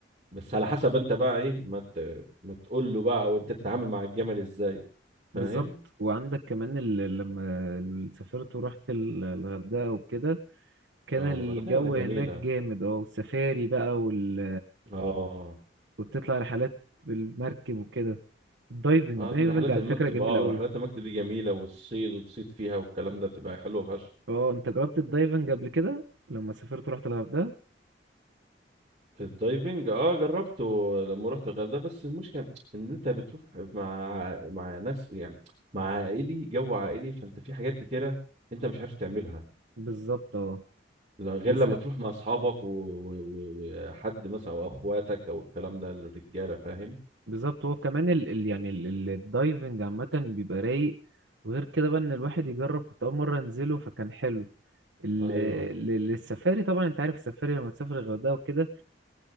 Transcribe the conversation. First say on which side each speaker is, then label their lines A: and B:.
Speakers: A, on the right; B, on the right.
A: بس على حسب انت بقى ايه ما ت... ما تقول له بقى وانت تتعامل مع الجمل ازاي فاهم
B: بالظبط وعندك كمان ال- لما ال- سافرت ورحت ال- الغردقه وكده كان
A: اه
B: الجو
A: الغردقه ده جميله
B: هناك جامد اه والسفاري بقى وال
A: اه
B: وبتطلع رحلات بالمركب وكده الدايفنج
A: آه،
B: دايفنج
A: رحلات
B: على
A: المكتب
B: فكره جميل
A: اه
B: قوي
A: رحلات المكتب دي جميلة والصيد وتصيد فيها والكلام ده بتبقى حلوة فشخ
B: اه انت جربت الدايفنج قبل كده لما سافرت ورحت الغردقه
A: الدايفنج اه جربته لما رحت الغردقة بس المشكلة ان انت بتروح مع مع ناس يعني مع عائلي جو عائلي فانت في حاجات كتيرة انت مش عارف تعملها
B: بالظبط اه
A: لا غير
B: بس
A: لما تروح مع اصحابك و- و- و- وحد مثلا او اخواتك او الكلام ده الرجالة فاهم
B: بالظبط هو كمان ال... ال... يعني ال... ال- الدايفنج عامة بيبقى رايق وغير كده بقى ان الواحد يجرب كنت اول مرة انزله فكان حلو ال...
A: ايوه
B: ال- السفاري طبعا انت عارف السفاري لما تسافر الغردقة وكده